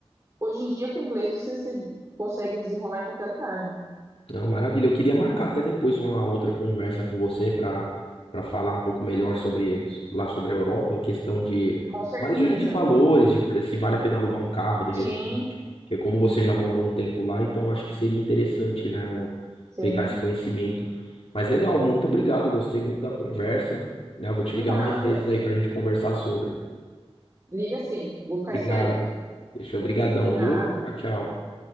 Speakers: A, on the right; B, on the left.
A: hoje em dia, com o inglês, você se consegue desenrolar em qualquer lugar, né?
B: Não, maravilha. Eu queria marcar até depois uma outra conversa com você para para falar um pouco melhor sobre lá sobre a Europa, questão de
A: Com certeza.
B: mais de, de valores, de se vale a pena alugar um carro de
A: Sim,
B: repente. Eu, como você já morou um tempo lá, então acho que seria interessante, né, o-
A: sim.
B: pegar esse conhecimento. Mas legal, muito obrigado, gostei muito da conversa, né? Eu vou te
A: Foi
B: ligar
A: nada.
B: mais vezes aí para a gente conversar sobre.
A: Liga sim, vou ficar
B: Obrigado.
A: esperando.
B: Deixa obrigadão,
A: Foi nada.
B: viu? Tchau, tchau.